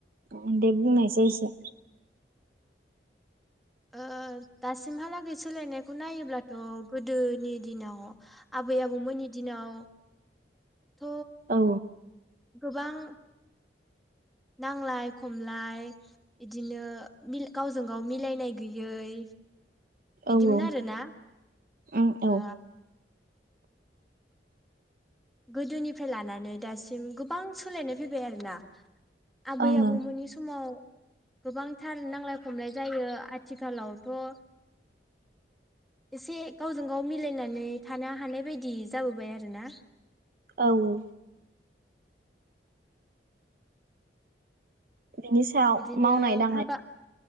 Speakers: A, on the right; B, in the centre.
A: अ दे बुंनायसाय एसे
B: ओ दासिमहालागै सोलायनायखौ नायोब्लाथ' गोदोनि दिनाव आबै आबौमोननि दिनाव थ'
A: औ
B: गोबां नांलाय खमलाय इदिनो गावजों गाव मिलायनाय गैयै इदिमोन
A: औ औ
B: आरोना
A: उम औ
B: ओ गोदोनिफ्राय लानानै दासिम गोबां सोलायनाय फैबाय आरोना। आबै
A: ओं
B: आबौमोननि
A: ओं
B: समाव गोबांथार नांलाय खमलाय जायो आथिखालावथ'ओ एसे गावजों गाव मिलायनानै थानो हानाय बायदि जाबोबाय आरोना।
A: औ औ बिनि सायाव
B: बिदिनो
A: मावनाय दांनाय
B: हाबा